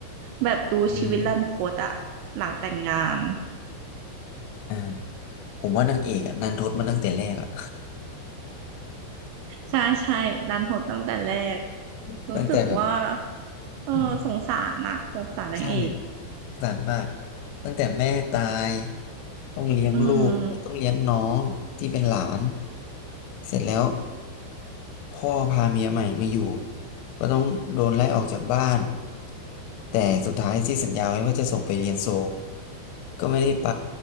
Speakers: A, on the right; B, on the left.
A: แบบดูชีวิตรันทดอ่ะหลังแต่งงาน
B: อืมอ่า ผมว่านางเอกอะนันทดมาตั้งแต่แรกอะ
A: ใช่ใช่รันทดตั้งแต่แรก
B: <laughs>
A: รู้สึกว่า
B: ตั้งแต่แบบ
A: เออสงสารอ่ะสงสารนางเอก
B: อืมใช่สงสารมากตั้งแต่แม่ตายต้องเลี้ยงลูกต้องเลี้ยงน้องที่เป็นหลาน
A: อืม
B: เสร็จแล้วพ่อพาเมียใหม่มาอยู่ก็ต้องโดนไล่ออกจากบ้านแต่สุดท้ายที่สัญญาไว้ว่าจะส่งไปเรียนโซลก็ไม่ได้ไป